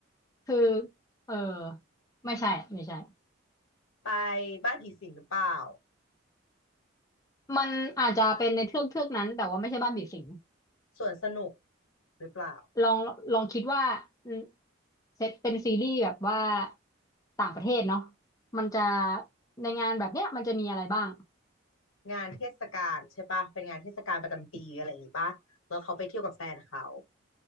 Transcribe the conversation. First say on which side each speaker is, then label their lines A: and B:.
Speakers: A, on the left (about 15°); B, on the left (about 80°).
A: คือเออไม่ใช่ไม่ใช่
B: ไปบ้านผีสิงหรือเปล่า
A: มันอาจจะเป็นในเทือกเทือกนั้นแต่ว่าไม่ใช่บ้านผีสิง
B: สวนสนุกหรือเปล่า
A: ลองลองคิดว่าอืมเซตเป็นซีรีส์แบบว่าต่างประเทศเนาะมันจะในงานแบบเนี้ยมันจะมีอะไรบ้าง
B: งานเทศกาลใช่ปะเป็นงานเทศกาลประจำปีอะไรอย่างงี้ปะแล้วเขาไปเที่ยวกับแฟนเขา